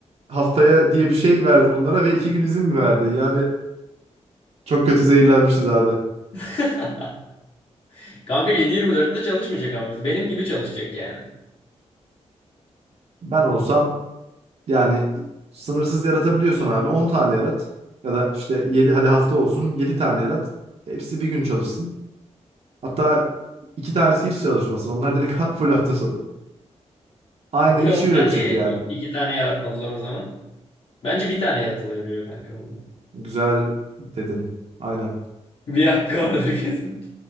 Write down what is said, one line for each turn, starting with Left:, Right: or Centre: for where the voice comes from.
Right: Haftaya diye bir şey verdin onlara ve iki gün izin mi verdin? Yani çok kötü zehirlenmişiz abi.
Left: <laughs> Kanka 7-24'te çalışmayacak ama. mesela. Benim gibi çalışacak yani.
Right: Ben olsam yani sınırsız yaratabiliyorsun abi 10 tane yarat. Ya da işte 7 hadi hafta olsun 7 tane yarat. Hepsi bir gün çalışsın. Hatta iki tanesi hiç çalışmasın. Onlar direkt <laughs> full hafta sonu. Aynı
Left: Bu
Right: işi
Left: lavuktan
Right: üretecek
Left: niye
Right: yani.
Left: i- iki tane yaratmadılar o zaman? Bence bir tane yaratılabiliyor kanka bunda.
Right: Güzel dedin. Aynen.
Left: <laughs> Bir hakkı vardır kesin.